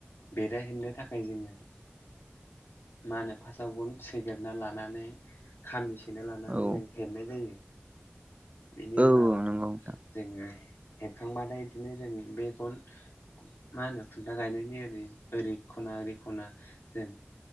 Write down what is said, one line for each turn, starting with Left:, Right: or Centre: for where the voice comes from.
Left: बेरा हेबनो थाखाय जोङो मा होनो फासटआव गन सैग्रोना लानानै खामि सैना लानानै
Right: औ
Left: जों हेेबनाय जायो बेनि
Right: औ
Left: उनाव
Right: औ नंगौ नोंथां
Left: जोङो हेबखांबाथाय इदिनो जों बे गन मा होनो खुन्था गायनायनि ओरै ओरै खना ओरै खना जों